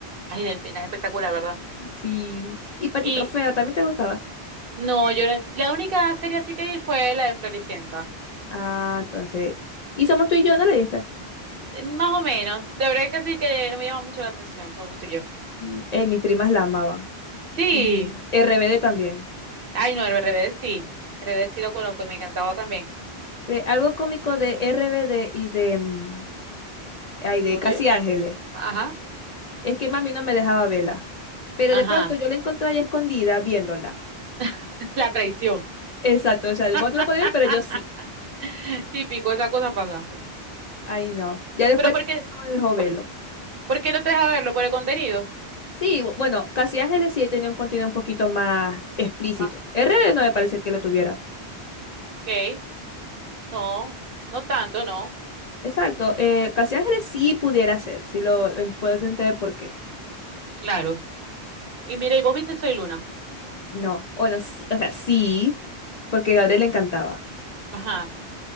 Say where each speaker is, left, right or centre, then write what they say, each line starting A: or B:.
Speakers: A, on the right (about 60°); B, on the left (about 50°).
A: Ay, Delfina, es espectacular, ¿verdad?
B: Sí. Y Patito
A: Y
B: Feo, ¿también te gustaba?
A: no, yo no- la única serie así que vi fue la de Floricienta.
B: Ah, entonces. Y Somos tú y yo, ¿no la viste?
A: Eh, Más o menos. De verdad que sí que no me llama mucho la atención, somos tú y yo.
B: Mm. Eh, mis primas la amaban.
A: Sí.
B: Y RBD también.
A: Ay, no, el Rebelde sí. El Rebelde sí lo conozco y me encantaba también.
B: Ve, algo cómico de RBD y de, mm, ay,
A: ¿Eso
B: de
A: fue
B: Casi
A: tuyo?
B: Ángeles.
A: Ajá,
B: Es que mami no me dejaba verla. Pero
A: ajá.
B: de pronto yo la encontré ahí escondida viéndola.
A: <laughs> La traición.
B: Exacto, o sea,
A: <laughs>
B: vos no lo podías ver, pero yo sí.
A: Típico, esa cosa pasa.
B: Ay, no. Ya después
A: ¿Pero por
B: <laughs>
A: qué?
B: no me dejó verlo.
A: ¿Por, por qué no te deja verlo? ¿Por el contenido?
B: Sí, bu- bueno, Casi Ángeles sí tenía un contenido un poquito más explícito.
A: Ah,
B: RD no
A: ok,
B: me parece que lo tuviera.
A: ok. No, no tanto, no.
B: Exacto, eh, Casi Ángeles sí pudiera ser, sí lo, lo puedo entender por qué.
A: Claro. Y mira, y vos viste Soy Luna.
B: No, bueno, sí- o sea, sí, porque Gabriel le encantaba.
A: Ajá.